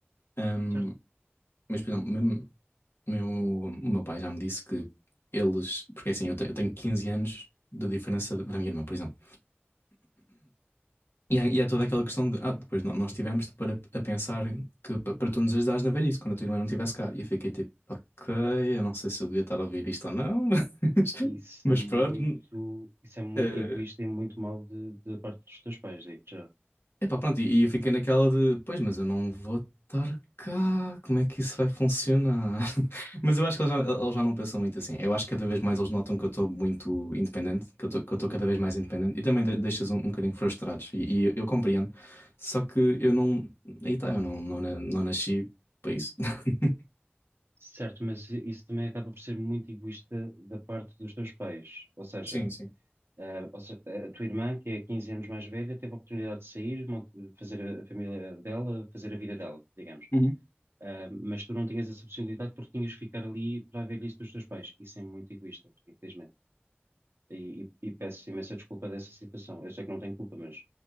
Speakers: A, on the left (about 70°); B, on the right (about 75°).
A: Ahm,
B: certo?
A: mas, por exemplo, mesmo, meu, o meu pai já me disse que eles. Porque assim, eu, te- eu tenho 15 anos de diferença da minha irmã, por exemplo. E há, e há toda aquela questão de. Ah, depois nó- nós tivemos para a pensar que pa- para tu nos ajudares na velhice, quando a tua irmã não estivesse cá. E eu fiquei tipo, ok, eu não sei se eu devia estar a ouvir isto ou não, <laughs> mas,
B: Isso
A: mas
B: é muito,
A: pronto.
B: isso é muito
A: eh,
B: egoísta e muito mau de- da parte dos teus pais, digo-te já.
A: Epá, pronto, e, e eu fiquei naquela de, pois, mas eu não vou estar cá, como é que isso vai funcionar? <laughs> Mas eu acho que eles já, eles já não pensam muito assim. Eu acho que cada vez mais eles notam que eu estou muito independente, que eu estou que eu estou cada vez mais independente e também de, deixas um, um bocadinho frustrados, e, e eu, eu compreendo. Só que eu não, aí está, eu não, não, na- não nasci para isso. <laughs>
B: Certo, mas isso também acaba por ser muito egoísta da parte dos teus pais. Ou seja,
A: Sim, sim.
B: a, ou se- a tua irmã, que é 15 anos mais velha, teve a oportunidade de sair, mont- fazer a a família dela, fazer a vida dela, digamos.
A: Uhum.
B: Ah, mas tu não tinhas essa possibilidade porque tinhas que ficar ali para a velhice dos teus pais. Isso é muito egoísta, infelizmente. e, e- e peço imensa desculpa dessa situação. Eu sei que não tenho culpa, mas